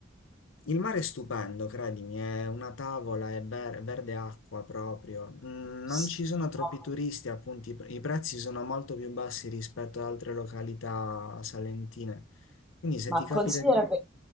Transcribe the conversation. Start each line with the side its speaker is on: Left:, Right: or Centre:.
Left: Il mare è stupendo, credimi, è una tavola, è ver- verde acqua proprio. Mm,
Centre: Sì,
Left: non ci sono troppi
Centre: no,
Left: turisti, appunto, i, pre- i prezzi sono molto più bassi rispetto ad altre località salentine. Quindi se
Centre: Ma
Left: ti capita
Centre: considera
Left: di...
Centre: che,